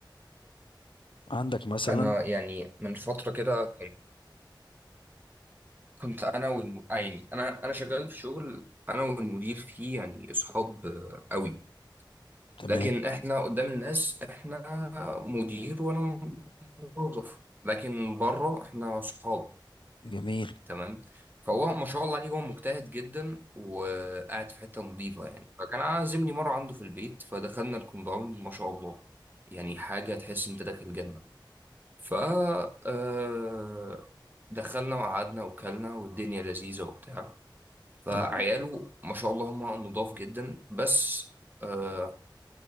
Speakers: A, on the left; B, on the right.
A: عندك مثلا
B: انا يعني من فتره كده كنت كنت انا والم... آه يعني انا انا شغال في شغل انا والمدير فيه يعني اصحاب آه، قوي
A: تمام
B: لكن احنا قدام الناس احنا مدير وانا موظف لكن بره احنا اصحاب
A: جميل
B: تمام فهو ما شاء الله عليه هو مجتهد جدا وقاعد في حته نظيفه يعني فكان عازمني مره عنده في البيت فدخلنا الكومباوند ما شاء الله يعني حاجه تحس انت داخل جنه ف آه، دخلنا وقعدنا وكلنا والدنيا لذيذة وبتاع فعياله
A: تمام
B: ما شاء الله هم نضاف جدا بس آه،